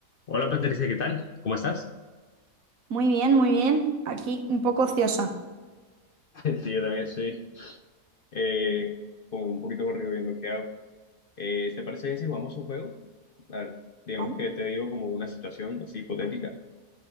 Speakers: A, on the left (about 55°); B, on the right (about 80°).
A: Hola Patricia, ¿qué tal? ¿Cómo estás?
B: Muy bien, muy bien. Aquí un poco ociosa.
A: <laughs> Sí, yo también estoy eh, como un poquito corrido viendo qué hago. Eh, ¿te parece bien si jugamos un juego? A ver, digamos
B: Vale.
A: que te digo como una situación así hipotética,